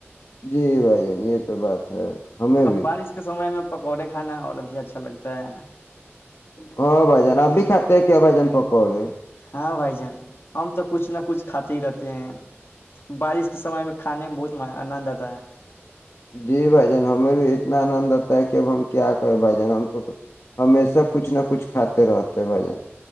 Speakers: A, on the left; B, on the left.
A: جی بھای جان یہ تو بات ہے ہمیں
B: اب
A: بھی
B: بارش کے سمے میں پکوڑے کھانا اور بھی اچھا لگتا ہے
A: ہاں بھای جان اپ بھی کھاتے ہیں کیا بھای جان پکوڑے
B: ہاں بھائی جان ہم تو کچھ نہ کچھ کھاتے ہی رہتے ہیں بارش کے سمے میں کھانے میں بہت آنند آتا ہے
A: جی بھای جان ہمیں بھی نہ انند اتا ہے کہ ہم کیا کہے بھای جان ہم تو ہمیشہ کچھ نہ کچھ کر کھاتے رہتے ہیں بھای جان